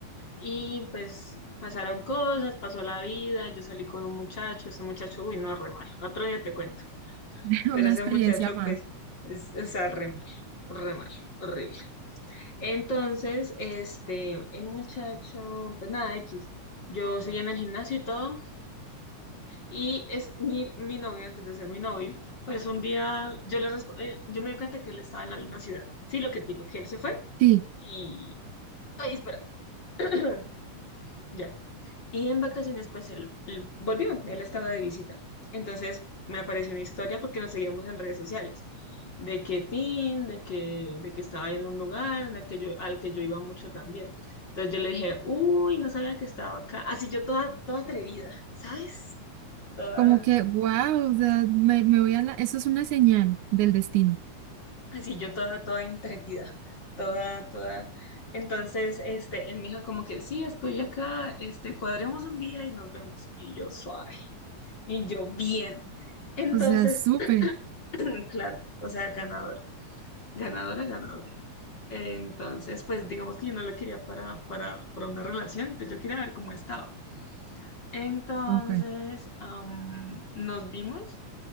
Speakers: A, on the left; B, on the right.
A: Y pues pasaron cosas, pasó la vida, yo salí con un muchacho, ese muchacho, uy, no, re mal. Otro día te cuento.
B: <laughs>
A: Pero
B: una
A: ese
B: experiencia
A: muchacho,
B: más.
A: pues, es, o sea, re mal, re mal, horrible. Entonces, este, el muchacho, pues nada, X. Yo seguía en el gimnasio y todo, y es mi, mi novio, antes de ser mi novio, pues un día yo le resp- eh, yo me di cuenta que él estaba en la misma ciudad. Sí, lo que te digo, que él se fue.
B: Sí,
A: Y... Ay, espera. <clears throat> ya. Y en vacaciones, pues él, él volvió, él estaba de visita. Entonces me apareció una historia porque nos seguíamos en redes sociales, de que Tim, de que, de que estaba en un lugar en el que yo, al que yo iba mucho también. Entonces yo le dije, uy, no sabía que estaba acá. Así yo toda, toda atrevida, ¿sabes? Toda
B: como que, wow, o sea, me, me voy a la, eso es una señal del destino,
A: Así yo toda, toda intrépida, toda, toda. Entonces, este, él me dijo como que sí, estoy acá, este, cuadremos un día y nos vemos. Y yo suave, y yo bien. Entonces,
B: o sea, súper,
A: <clears throat> claro, o sea, ganadora, ganadora, ganadora. Entonces, pues digamos que yo no lo quería para, para, para una relación, pues yo quería ver cómo estaba. Entonces,
B: ok,
A: am, nos vimos